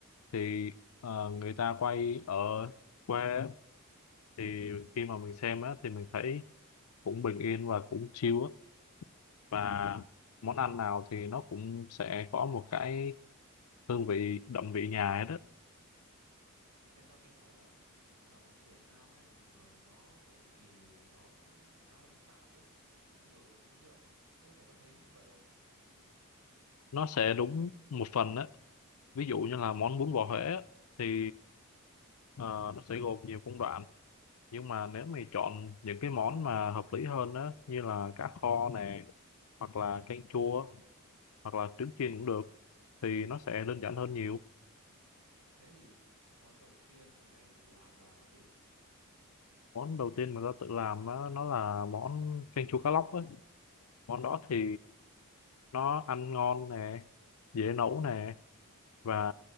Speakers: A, on the left (about 70°); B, on the right (about 85°).
A: thì ờ, người ta quay ở quê á, thì khi mà mình xem á thì mình thấy cũng bình yên và cũng chill á và món ăn nào thì nó cũng sẽ có một cái hương vị đậm vị nhà ấy đó
B: Thế tao nghe nói là là món Việt Nam ấy thì thường nó cầu kỳ này nó cũng khá là phức tạp ấy, nó nhiều nguyên liệu. Thế thì mày có thấy như vậy không?
A: nó sẽ đúng một phần á ví dụ như là món bún bò Huế á, thì ờ, nó sẽ gồm nhiều công đoạn nhưng mà nếu mày chọn những cái món mà hợp lý hơn á như là cá kho nè hoặc là canh chua hoặc là trứng chiên cũng được thì nó sẽ đơn giản hơn nhiều
B: Thế thì món đầu tiên mà mày thử làm là món gì?
A: món đầu tiên mà ta tự làm á, nó là món canh chua cá lóc ấy. món đó thì nó ăn ngon nè dễ nấu nè và